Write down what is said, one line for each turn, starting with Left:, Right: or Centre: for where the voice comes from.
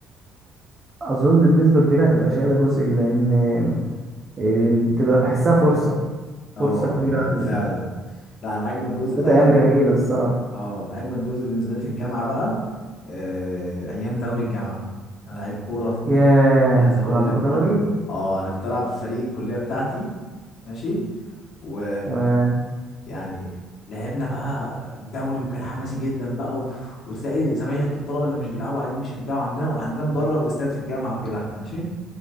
Right: أظن بنسبة كبيرة هتبقى شايلة جزء لأن إيه، بتبقى بحسها فرصة
Left: اه
Right: فرصة كبيرة
Left: اه
Right: أوي
Left: فعلا لا انا اجمد جزء
Right: كانت
Left: بقى
Right: أيام
Left: كان
Right: جميلة الصراحة
Left: اه اجمد جزء بالنسبه لي في الجامعه بقى آه، ايام دوري الجامعه انا لعيب كوره
Right: ياه
Left: مش عايز
Right: انتوا
Left: اقول
Right: كان عندكم
Left: لك بقى
Right: دوري
Left: اه انا كنت العب في فريق الكليه بتاعتي ماشي و
Right: تمام
Left: يعني لعبنا بقى الدوري وكان حماسي جدا بقى و... وتلاقي زمايلك الطلبه اللي مش بيلعبوا قاعدين بيشجعوا عندنا عندنا مدرج واستاد في الجامعه وكده احنا ماشي